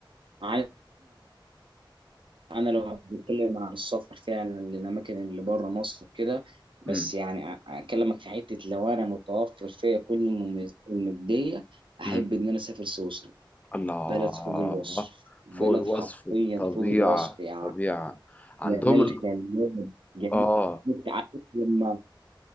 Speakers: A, on the right; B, on the left.
A: عايز انا لو بتكلم عن السفر فعلا للاماكن اللي بره مصر وكده بس
B: مم.
A: يعني أ- اكلمك في حته لو انا متوفر فيا كل المميزات الماديه احب
B: مم.
A: ان انا اسافر سويسرا
B: الله
A: بلد فوق الوصف بلد
B: فوق الوصف
A: حرفيا
B: الطبيعة
A: فوق الوصف يعني
B: طبيعة عندهم
A: جمال
B: ال...
A: خلاب جمال
B: اه
A: عارف لما